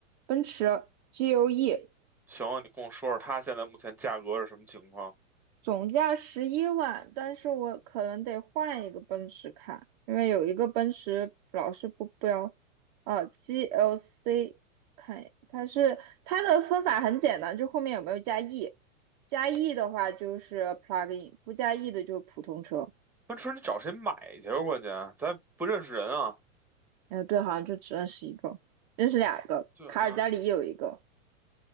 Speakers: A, on the right; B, in the centre.
A: 奔驰 GOE。
B: 行，你跟我说说它现在目前价格是什么情况？
A: 总价十一万，但是我可能得换一个奔驰看，因为有一个奔驰老是不标，啊，GLC 看一眼它是它的分法很简单，就后面有没有加 E，加 E 的话就是 plug in，不加 E 的就是普通车。
B: 奔驰你找谁买去啊关键咱不认识人啊。
A: 哎，对，好像就只认识一个，认识两个，
B: 对啊，
A: 卡尔加里有一个，